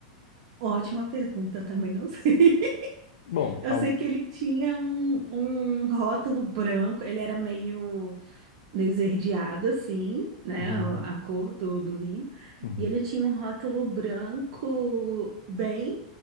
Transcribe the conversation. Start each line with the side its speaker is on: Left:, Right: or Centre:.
Right: Ótima pergunta, eu também não sei. <laughs>
Left: Bom,
Right: Eu
Left: ao-
Right: sei que ele tinha um, um rótulo branco, ele era meio, meio esverdeado, assim, né?
Left: uhum,
Right: A a cor do, do vinho.
Left: uhum.
Right: E ele tinha um rótulo branco bem